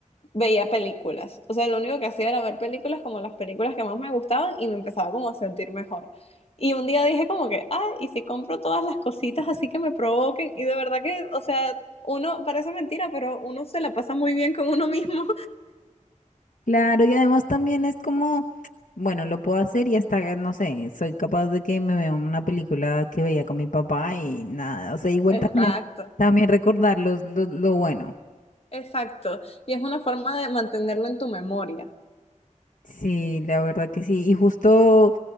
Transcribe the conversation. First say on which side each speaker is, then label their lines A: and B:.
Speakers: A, on the left; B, on the left.
A: veía películas. O sea, lo único que hacía era ver películas como las películas que más me gustaban y me empezaba como a sentir mejor. Y un día dije como que, ah, y si compro todas las cositas así que me provoquen. Y de verdad que, o sea, uno parece mentira, pero uno se la pasa muy bien con uno mismo.
B: Claro, y además también es como, bueno, lo puedo hacer y hasta, no sé, soy capaz de que me vea una película que veía con mi papá y nada, o sea,
A: <laughs>
B: igual
A: Exacto,
B: también, también recordar los- lo, lo bueno.
A: exacto. Y es una forma de mantenerlo en tu memoria.
B: Sí, la verdad que sí. Y justo,